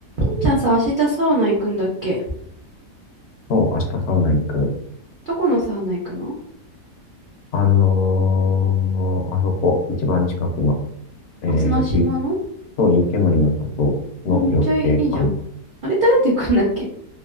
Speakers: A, on the right (about 70°); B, on the left (about 65°).
A: しんちゃんさ、明日サウナ行くんだっけ
B: そう、明日サウナ行く。
A: どこのサウナ行くの
B: あのーあそこ、一番近くの、えー、
A: あ、綱島の
B: ビップと湯煙の里の緑景館
A: あ、めっちゃいい、じゃん。あれ、誰と行くんだっけ